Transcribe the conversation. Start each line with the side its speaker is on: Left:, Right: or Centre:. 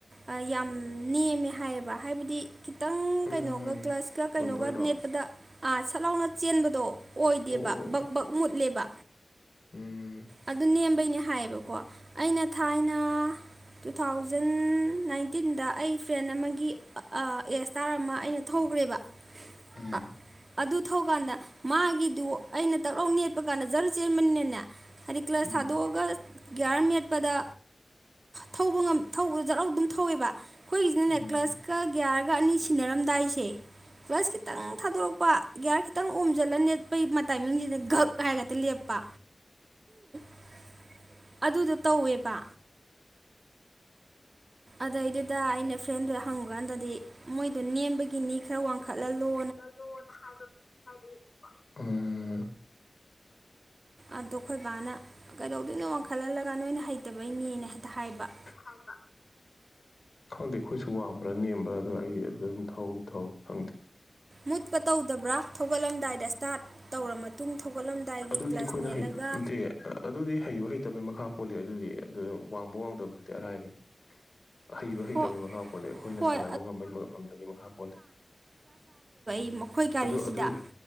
Right: ꯑ ꯌꯥꯝ ꯅꯦꯝꯃꯦ ꯍꯥꯏꯌꯦꯕ ꯍꯥꯏꯕꯗꯤ ꯈꯤꯇꯪ
Left: ꯎꯝ
Right: ꯀꯩꯅꯣꯒ ꯀ꯭ꯂꯁ ꯀ ꯀꯩꯅꯣꯒ
Left: ꯕꯝꯄꯔꯗꯣ ꯑꯣ
Right: ꯅꯦꯠꯄꯗ ꯑ ꯁꯠ ꯂꯥꯎꯅ ꯆꯦꯟꯕ ꯑꯣꯏꯗꯦꯕ
Left: ꯑꯣ ꯑꯣ
Right: ꯕꯛ ꯕꯛ ꯃꯨꯠꯂꯦꯕ
Left: ꯎꯝ
Right: ꯑꯗꯨ ꯅꯦꯝꯕꯩꯅꯦ ꯍꯥꯏꯌꯦꯕꯀꯣ ꯑꯩꯅ ꯊꯥꯏꯅ ꯇꯨ ꯊꯥꯎꯖꯟ ꯅꯥꯏꯟꯇꯤꯟꯗ ꯑꯩ ꯐ꯭ꯔꯦꯟ ꯑꯃꯒꯤ ꯑ ꯑꯦ ꯁ꯭ꯇꯥꯥꯔ ꯑꯃ ꯑꯩꯅ ꯊꯧ ꯔꯦꯕ
Left: ꯎꯝ
Right: ꯑ ꯑꯗꯨ ꯊꯧꯀꯥꯟꯗ ꯃꯥꯒꯤꯗꯨ ꯑꯩꯅ ꯗꯛꯂꯥꯎ ꯅꯦꯠꯄ ꯀꯥꯟꯗ ꯖꯔ ꯆꯦꯟꯕꯅꯤꯅꯅꯦ ꯍꯥꯏꯗꯤ ꯀ꯭ꯂꯁ
Left: ꯎꯝ
Right: ꯊꯥꯗꯣꯛꯑꯒ ꯒ꯭ꯌꯥꯔ ꯅꯦꯠꯄꯗ ꯊꯧꯕ ꯉꯝ ꯊꯧꯕ ꯖꯠ ꯂꯥꯎ ꯑꯗꯨꯝ ꯊꯧꯋꯦꯕ ꯈꯣꯏꯒꯤꯁꯤꯅꯅꯦ
Left: ꯎꯝ
Right: ꯀ꯭ꯂꯁ ꯀ ꯒ꯭ꯌꯥꯔ ꯒ ꯑꯅꯤ ꯁꯤꯟꯅꯔꯝꯗꯥꯏꯁꯦ ꯀ꯭ꯂꯁ ꯈꯤꯇꯪ ꯊꯥꯗꯣꯔꯛꯄ ꯒ꯭ꯌꯥꯔ ꯈꯤꯇꯪ ꯑꯣꯝꯖꯜꯂ ꯅꯦꯠꯄꯩ ꯃ ꯇꯥꯏꯃꯤꯡꯁꯤꯗ ꯘꯛ ꯍꯥꯏꯔꯒ ꯍꯦꯛꯇ ꯂꯦꯞꯄ <unintelligible> ꯑꯗꯨꯗꯣ ꯇꯧꯋꯦꯕ ꯑꯗꯩꯗꯨꯗ ꯑꯩꯅ ꯐ꯭ꯔꯦꯟꯗꯨꯗ ꯍꯪꯕꯀꯥꯟꯗꯗꯤ ꯃꯣꯏꯗꯨ ꯅꯦꯝꯕꯒꯤꯅꯤ ꯈꯔ ꯋꯥꯡꯈꯠꯍꯜꯂꯣ
Left: ꯂꯣꯅ ꯅ ꯍꯥꯏꯕ ꯀꯩꯅꯣꯝ ꯍꯥꯏꯔꯛꯑꯦꯕꯀꯣ <unintelligible>
Right: ꯑꯗꯣ ꯑꯩꯈꯣꯏ ꯕꯥꯅ ꯀꯩꯗꯧꯗꯣꯏꯅꯣ ꯋꯥꯡꯈꯠꯍꯜꯂꯒ ꯅꯣꯏꯅ ꯍꯩꯇꯕꯩꯅꯦꯅ ꯍꯦꯛꯇ ꯍꯥꯏꯕ
Left: ꯍꯥꯏꯕ ꯈꯪꯗꯦ ꯑꯩꯈꯣꯏꯁꯨ ꯋꯥꯡꯕ꯭ꯔꯥ ꯅꯦꯝꯕ꯭ꯔꯥ ꯑꯗꯣ ꯑꯩ ꯑꯗ ꯑꯗꯨꯝ ꯊꯧ ꯊꯧꯋꯤ ꯈꯪꯗꯦ
Right: ꯃꯨꯠꯄ ꯇꯧꯗꯕ꯭ꯔꯥ ꯊꯧꯒꯠꯂꯝꯗꯥꯏꯗ ꯁ꯭ꯇꯥꯔꯠ ꯇꯧꯔꯕ ꯃꯇꯨꯡ ꯊꯧꯒꯠꯂꯝꯗꯥꯏꯒꯤ
Left: ꯑꯗꯨꯗꯤ
Right: ꯀ꯭ꯂꯁ
Left: ꯑꯩꯈꯣꯏꯅ
Right: ꯅꯦꯠꯂꯒ
Left: ꯍꯩ ꯅꯠꯇꯦ ꯑꯗꯨꯗꯤ ꯍꯩꯕ ꯍꯩꯇꯕꯩ ꯃꯈꯥ ꯄꯣꯜꯂꯦ ꯑꯗꯨꯗꯤ ꯑꯗꯨ ꯋꯥꯡꯕ ꯋꯥꯡꯗꯕꯗꯨꯗꯤ ꯑꯔꯥꯏꯕꯅꯤ ꯍꯩꯕ ꯍꯩꯇꯕꯩ
Right: ꯍꯣ
Left: ꯃꯈꯥ ꯄꯣꯜꯂꯦ ꯑꯩꯈꯣꯏꯅ
Right: ꯍꯣꯏ
Left: ꯁꯥꯟꯅꯕ ꯉꯝꯕꯩ ꯉꯝꯗꯕꯩ ꯃꯈꯥ ꯄꯣꯜꯂꯦ
Right: ꯃ ꯑꯩꯈꯣꯏ ꯒꯥꯔꯤꯁꯤꯗ
Left: ꯑꯗꯨ ꯑꯗꯨ